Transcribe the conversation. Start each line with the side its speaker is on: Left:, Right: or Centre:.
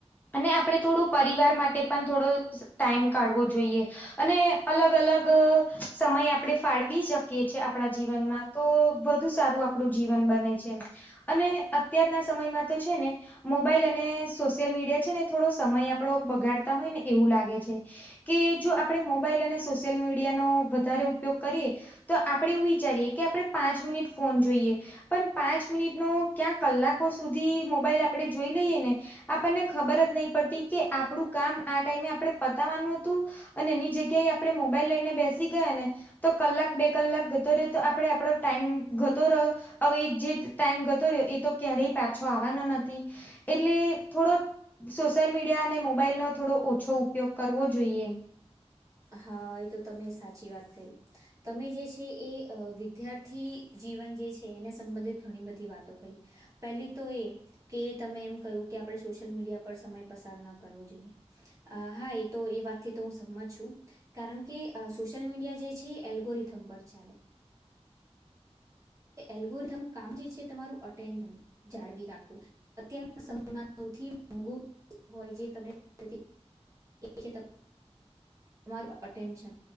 Left: અને આપણે થોડું પરિવાર માટે પણ થોડો ટાઈમ કાઢવો જોઈએ. અને અલગ અલગ સમય આપણે ફાળવી શકીએ છીએ આપણા જીવનમાં તો વધુ સારું આપણું જીવન બને છે એમ. અને અત્યારના સમયમાં તો છે ને મોબાઈલ અને સોશિયલ મીડિયા છે ને, થોડો સમય આપડો બગાડતા હોય ને એવું લાગે છે. કે જો આપડે મોબાઈલ અને સોશિયલ મીડિયાનો વધારે ઉપયોગ કરીએ. તો આપડે એવું વિચારીએ કે આપણે પાંચ મિનિટ ફોન જોઈએ. પણ પાંચ મિનિટ નો ક્યાં કલાકો સુધી મોબાઈલ આપડે જોઈ લઈએ ને આપણને ખબર જ નહી પડતી કે આપડું કામ આ ટાઈમે આપણેે પતાવાનું હતું. અને એની જગ્યાએ આપણે મોબાઈલ લઈને બેસી ગયા ને. તો કલાક બે કલાક ગતો રહે્યો તો આપડે આપડો ટાઈમ ગતો રહો. હવે એ જે ટાઈમ ગતો રહ્યો એ તો ક્યારેય પાછો આવવાનો નથી. એટલે થોડો સોશિયલ મીડિયા અને મોબાઈલનો થોડો ઓછો ઉપયોગ કરવો જોઈએ એમ.
Right: હા, એ તો તમે સાચી વાત કહી. તમે જે છે, એ વિદ્યાર્થી જીવન જે છે, એને સંબંધિત ઘણી બધી વાતો કહી. પેલી તો એ કે, તમે એમ કહ્યું કે આપણે સોશિયલ મીડિયા પર સમય પસાર ન કરવો જોઈએ. હા એતો એ વાતથી તો હું સમંત છું. કારણ કે સોશિયલ મીડિયા જે છે એલ્ગોરિધમ પર ચાલે. એ એલગોરીધમ કામ જે છે એ તમારું અટેન્ડ જાળવી રાખું. અત્યારના સમયમાં સૌથી મોઘું હોય જે તમે <inaudible> એ છે તમારું અટેન્શન